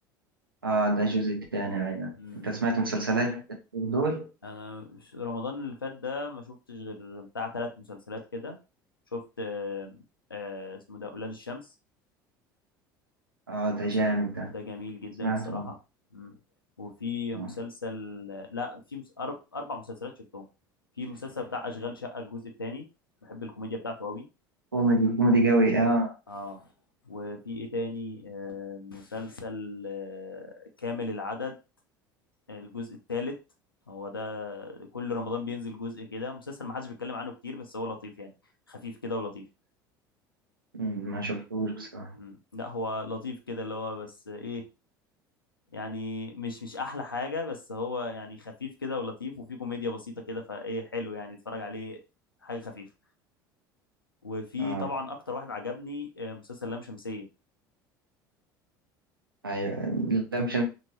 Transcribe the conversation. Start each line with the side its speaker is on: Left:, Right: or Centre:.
Right: آه ده الجزء التاني أيوة
Left: امم
Right: أنت سمعت مسلسلات دول؟
Left: انا مش- رمضان اللي فات ده ما شفتش غير بتاع ثلاث مسلسلات كده شفت آه آه اسمه ده اولاد الشمس
Right: آه ده
Left: لو سمعت
Right: جامد ده
Left: ده جميل جدا
Right: سمعته
Left: الصراحه امم وفي
Right: آه.
Left: مسلسل لا في مس... أر- اربع مسلسلات شفتهم في مسلسل بتاع اشغال شقه الجزء الثاني بحب الكوميديا بتاعته قوي
Right: كوميدي كوميدي قوي آه
Left: اه وفي ايه تاني آه مسلسل آه كامل العدد الجزء الثالث هو ده كل رمضان بينزل جزء كده مسلسل ما حدش بيتكلم عنه كتير بس هو لطيف يعني خفيف كده ولطيف
Right: مم، ما شفتوش بصراحة
Left: مم. لا هو لطيف كده اللي هو بس ايه يعني مش مش احلى حاجة بس هو يعني خفيف كده ولطيف وفي كوميديا بسيطة كده فايه حلو يعني اتفرج عليه حاجة خفيفة وفي
Right: آه
Left: طبعا اكتر واحد عجبني آه، مسلسل لام شمسية
Right: أيوة لا